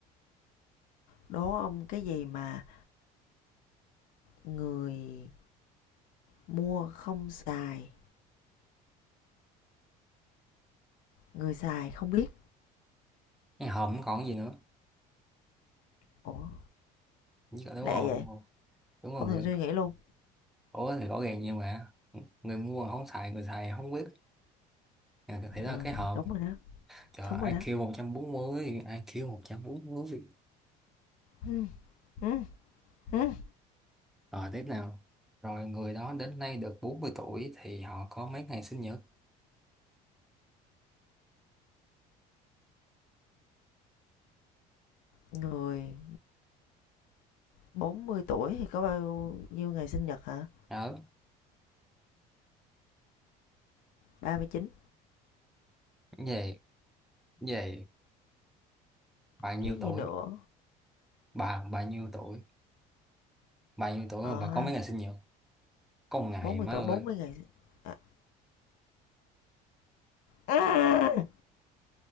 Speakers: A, on the left (about 55°); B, in the centre.
A: Đố ông cái gì mà người mua không xài, người xài không biết.
B: Cái hồn còn gì nữa
A: Ủa,
B: Dạ, đúng
A: lẹ
B: rồi
A: vậy?
B: đúng rồi đúng
A: Không
B: rồi người
A: thèm suy nghĩ luôn.
B: ủa thì rõ ràng vậy mà người mua không xài người xài không biết à, thế
A: Ừ,
B: là cái hòm
A: đúng rồi đó.
B: trời
A: Đúng
B: IQ
A: rồi đó.
B: 140 IQ 140
A: Ừm, ừm, ừm.
B: rồi tiếp nào rồi người đó đến nay được 40 tuổi thì họ có mấy ngày sinh nhật
A: Người 40 tuổi thì có bao nhiêu ngày sinh nhật hả?
B: đó
A: ba mươi chín
B: về về bà nhiêu
A: chứ gì
B: tuổi
A: nữa.
B: bà bà nhiêu tuổi bà nhiêu tuổi
A: Ờ
B: mà bà
A: ha,
B: có mấy ngày sinh nhật có một ngày
A: bốn mươi
B: má
A: tuổi
B: ơi
A: bốn mươi ngày sinh à, ừm,